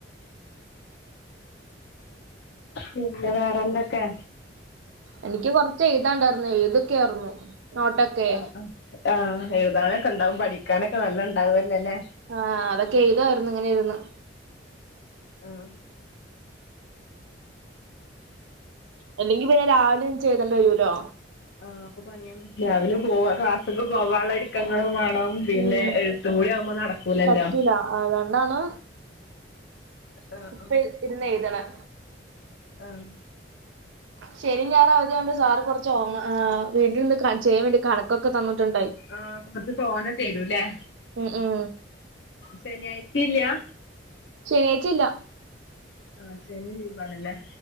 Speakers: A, on the left; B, on the right.
A: പിന്നെ വേറെന്തൊക്കെ?
B: എനിക്ക് കൊറച്ച് എഴുതാണ്ടായിരുന്നു ഏഴു തൊക്കെയായിരുന്നു നോട്ടൊക്കെ
A: ആ ആഹ് എഴുതാനൊക്കെ ഉണ്ടാവും, പഠിക്കാനൊക്കെ നല്ല ഉണ്ടാവുംല്ലേല്ലെ
B: ആഹ് അതൊക്കെ എഴുതായിരുന്നു ഇങ്ങനെ ഇരുരുന്നു
A: ആഹ്
B: അല്ലെങ്കി പിന്നെ രാവിലെ നീച്ച് എഴ്തേണ്ടി വരോലോ
A: ആഹ് അപ്പൊ പണിയാണ്, രാവിലെ പോവാ ക്ലാസ്സക്ക് പോവാനുള്ള ഒരുക്കങ്ങളും വേണം പിന്നെ
B: ഉം
A: എഴുത്തും കൂടി ആവുമ്പോ നടക്കൂലല്ലോ
B: പറ്റൂല അതുകൊണ്ടാണ്
A: ആഹ്
B: ഇപ്പ
A: ആഹ്
B: ഇര്ന്ന് എഴുതണം
A: ആഹ്
B: ശനി, ഞായർ അവധിയ ആയോണ്ട് സാറ് കുറച്ച് ഓങ്‌, ആ വീട്ടിൽ നിന്ന് ചെയ്യൻ വേണ്ടി കണക്കൊക്കെ തന്നിട്ടുണ്ടായി
A: ആഹ് കൊറച്ച് തോന തരുലേ
B: ഉം ഉം
A: ശനി ആയിച്ചിം ഇല്ലാ?
B: ശനിയാഴ്ച്ച ഇല്ല
A: ആഹ് ശനി ലീവാണല്ലേ.